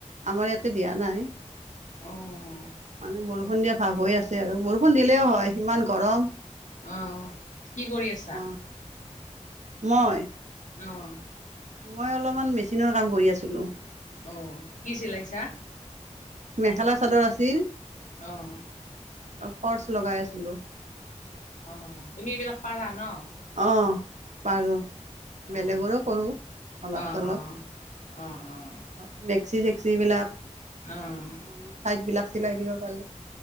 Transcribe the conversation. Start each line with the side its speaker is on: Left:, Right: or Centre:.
Right: আমাৰ ইয়াতে দিয়া নাই
Left: অ'
Right: মানে বৰ সন্ধিয়া ভাৱ হৈ আছে আৰু বৰষুণ দিলেও হয় ইমান গৰম
Left: অ' কি কৰি আছা?
Right: আহ মই
Left: অঁ
Right: মই অলপমান মেচিনৰ কাম কৰি আছিলোঁ
Left: অ গি ছিলাইছা
Right: মেখেলা চাদৰ আছিল
Left: আহঁ
Right: পৰ্চ লগাই আছিলো
Left: অ তুমি এইবিলাক পাৰা ন
Right: অ পাৰোঁ
Left: অ'
Right: বেলেগৰো কৰোঁ অলপ
Left: অ'
Right: চলপ
Left: অ' অ' অ'
Right: মেক্সি জ চিবিলাক
Left: অ'
Right: মানে ছাইট বিলাক চিলাই দিব পাৰো